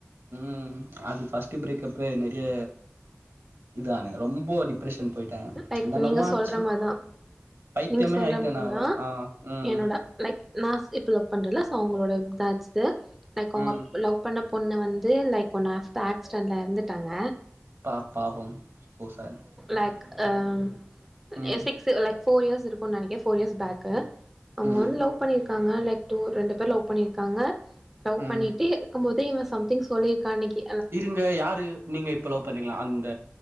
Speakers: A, on the right; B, in the centre.
A: ம் அது ஃபர்ஸ்ட்டு பிரேக்கப்பு நெறைய இது ஆனா ரொம்ப டிப்ரெஷ் ன் போயிட்டா
B: லைக்
A: என்னன்னமோ
B: நீங்க சொல்ற
A: ஆச்சு
B: மாரிதா
A: பைத்தியமே
B: நீங்க சொல்ற
A: ஆயிட்ட
B: மாரிதா
A: நான் லா அ ம்
B: என்னோட லைக் நா இப்ப லவ் பண்றல சோ அவுங்ளோட இதாச்சுது லைக் அவுங்க
A: ம்
B: லவ் பண்ண ஒன்னு வந்து லைக் ஒன்னு ஹஃப் தா ஆக்ஸ்டென்ல எறந்துட்டாங்க
A: பா பாவம் சோ சேட்
B: லைக் ம்
A: ம்
B: எசிக்ஸ்சு லைக் ஃபோர் இயர்ஸ் இருக்குன் நெனைக்கே ஃபோர் இயர்ஸ் பேக்கு அவங்க
A: ம்
B: வந்து லவ் பண்ணிருக்காங்க லைக் டூ ரெண்டு பேர் லவ் பண்ணிருக்காங்க லவ்
A: ம்
B: பண்ணிட்டு இருக்கும் போதே இவன் சம்திங் சொல்லியிருக்கான் அன்னைக்கி
A: இருங்க யாரு நீங்க இப்போ லவ் பண்றீங்ளே அந்த